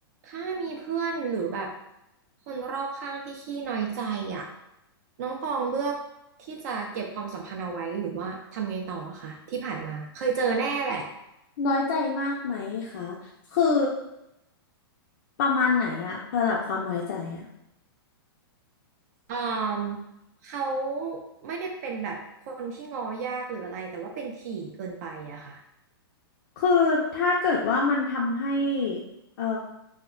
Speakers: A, on the right; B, on the left.
A: ถ้ามีเพื่อนหรือแบบคนรอบข้างที่ขี้น้อยใจอ่ะน้องตองเลือกที่จะเก็บความสัมพันธ์เอาไว้หรือว่าทำไงต่ออะคะที่ผ่านมาเคยเจอแน่แหละ
B: น้อยใจมากไหมคะ คือประมาณไหนอะระดับความน้อยใจอะ
A: อืมเขาไม่ได้เป็นแบบคนที่ง้อยากหรืออะไรแต่ว่าเป็นถี่เกินไปอะค่ะ
B: คือถ้าเกิดว่ามันทำให้ เอ่อ